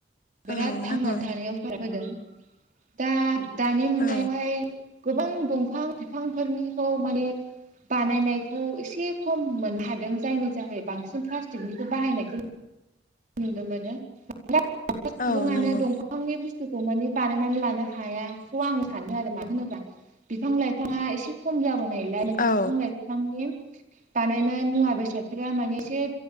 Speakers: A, on the right; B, on the left.
A: बिराद
B: औ
A: थांनानै
B: नंगौ
A: थानायाव <inaudible> बोदों दा दानि मुगायावहाय
B: औ
A: गोबां दंफां बिफांफोरनिखौ माने बानायनायखौ एसे खम मोननो हादों जायनि जोहै बांसिन प्लास्टिकनिखौ बाहायनायखौ नुनो मोनो <unintelligible> सुबुङानो
B: औ नंगौ
A: दंफांनि बुस्थु खौ माने बानायनानै लानो हायाखौ आं सानो आरो मानो होनोबा बिफां लाइफाङा एसे खम जाबोनायलाय माने
B: औ
A: बिफां लाइफां दंफांनि बानायनाय मुवा बेसादफोरा माने इसे